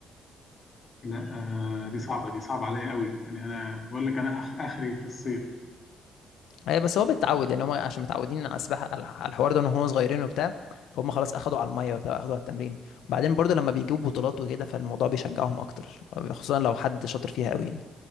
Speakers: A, on the left (about 40°); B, on the left (about 80°).
A: لا آه دي صعبه دي صعبه عليا قوي يعني انا بقول لك انا أخ... اخري في الصيف
B: اي بس هو بيتعود يعني هم عشان متعودين على السباحه على على الحوار ده ان هم صغيرين وبتاع فهم خلاص اخدوا على الميه وبتاع اخدوا على التمرين وبعدين برضو لما بيجيبوا بطولات وكده فالموضوع بيشجعهم اكتر خصوصا لو حد شاطر فيها قوي يعني